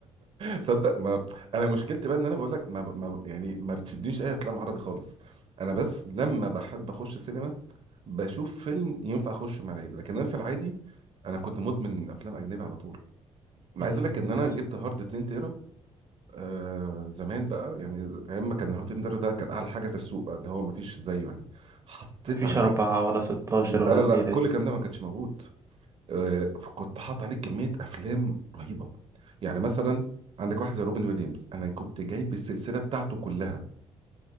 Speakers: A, on the right; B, on the right.
A: صدق ما انا مشكلتي بقى ان انا بقول لك ما... ما يعني ما بتشدنيش اي افلام عربي خالص انا بس لما بحب اخش السينما بشوف فيلم ينفع اخش مع العيله لكن انا في العادي انا كنت مدمن افلام اجنبي على طول انا
B: مم.
A: عايز اقول لك ان انا
B: بس
A: جبت هارد 2 تيرا آه زمان بقى يعني ايام ما كان هارت تندر ده كان اعلى حاجه في السوق بقى اللي هو ما فيش زيه يعني حطيت
B: مفيش
A: عليك
B: أربعة ولا ستاشر
A: لا
B: ولا
A: لا
B: الليلة
A: لا كل
B: دي
A: الكلام ده ما كانش موجود آه فكنت حاط عليك كميه افلام رهيبه يعني مثلا عندك واحد زي روبن ويليامز انا كنت جايب السلسله بتاعته كلها